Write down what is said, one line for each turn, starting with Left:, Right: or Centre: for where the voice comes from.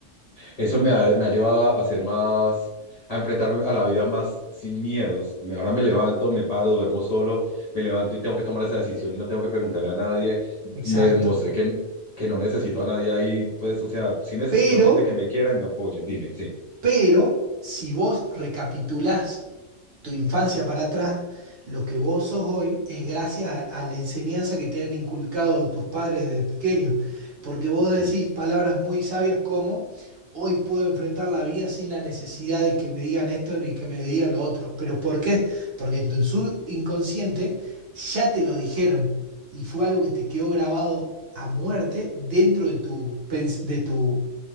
Left: Eso me ha, me ha llevado a, a ser más, a enfrentarme a la vida más sin miedos. Me- Ahora me levanto, me paro, duermo solo, me levanto y tengo que tomar esa decisión y no tengo que preguntarle a nadie.
Right: exacto.
Left: Me demostré que, que no necesito a nadie ahí, pues, o sea, sí necesito
Right: Pero
Left: gente que me quiera y me apoye. Dime, sí.
Right: Pero si vos recapitulás tu infancia para atrás, lo que vos sos hoy es gracias a, a la enseñanza que te han inculcado tus padres desde pequeño, porque vos
Left: Sí,
Right: decís palabras muy sabias como hoy puedo enfrentar la vida sin la necesidad de que me digan esto y que me digan lo otro. ¿Pero por qué? Porque en tu subconsciente ya te lo dijeron y fue algo que te quedó grabado a muerte dentro de tu, pens- de tu